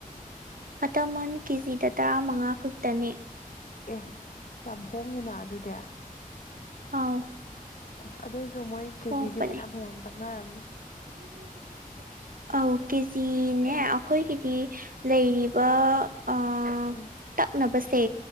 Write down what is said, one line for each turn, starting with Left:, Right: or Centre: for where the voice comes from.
Right: ꯑꯇꯛꯃꯟ ꯀꯦꯖꯤꯗ ꯇꯔꯥꯃꯉꯥ ꯈꯛꯇꯅꯦ
Left: ꯑꯦ ꯌꯥꯝ ꯍꯣꯡꯉꯤꯅ ꯑꯗꯨꯗꯤ
Right: ꯑꯥꯎ
Left: ꯑꯁ ꯑꯗꯣꯏꯁꯨ ꯃꯣꯏ ꯀꯦꯖꯤꯗꯤ
Right: ꯍꯣꯡꯕꯅꯦ
Left: ꯐꯩꯅꯥꯝ ꯐꯩꯅꯥꯝ ꯇꯛꯅꯔꯝꯅꯤ
Right: <inaudible> ꯑꯧ ꯀꯦꯖꯤꯅꯦ ꯑꯈꯣꯏꯒꯤꯗꯤ ꯂꯩꯔꯤꯕ ꯑꯥ
Left: ꯎꯝ
Right: ꯇꯛꯅꯕꯁꯦ